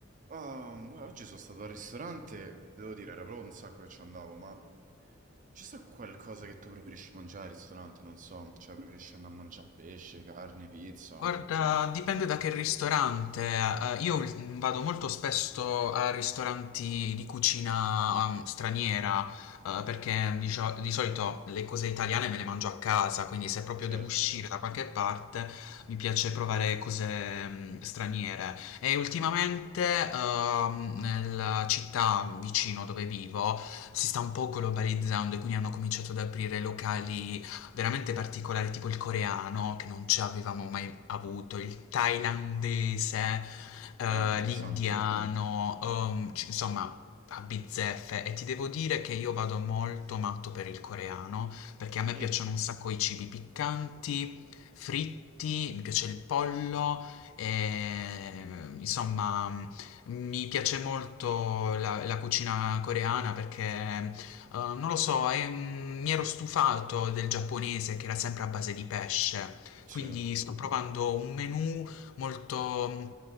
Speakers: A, on the right; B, on the left.
A: Ah, guarda, oggi sono stato al ristorante, e devo dire, era proprio un sacco che ci andavo, ma c'è sta qualcosa che tu preferisci mangiare al ristorante? Non so, cioè preferisci andare a mangiare pesce, carne, pizza?
B: Guarda, dipende da che ristorante. Eh, io mm, vado molto spesso a ristoranti di cucina, um, straniera, eh, perché di, gio- di solito le cose italiane me le mangio a casa, quindi se proprio
A: Certo,
B: devo uscire da qualche parte mi piace provare cose, mm, straniere. E ultimamente, ehm, nella città vicino dove vivo si sta un po' globalizzando e quindi hanno cominciato ad aprire locali veramente particolari, tipo il coreano, che non ci avevamo mai avuto, il thailandese, eh,
A: beh, interessante.
B: l'indiano, ehm, c- insomma, a bizzeffe. E ti devo dire che io vado molto matto per il coreano, perché a me
A: Mm,
B: piacciono un sacco i cibi piccanti, fritti, mi piace il pollo, e, insomma... Mi piace molto la, la cucina coreana perché Uh, non lo so, e, mm, mi ero stufato del giapponese che era sempre a base di pesce,
A: sì.
B: quindi sto provando un menù molto mm,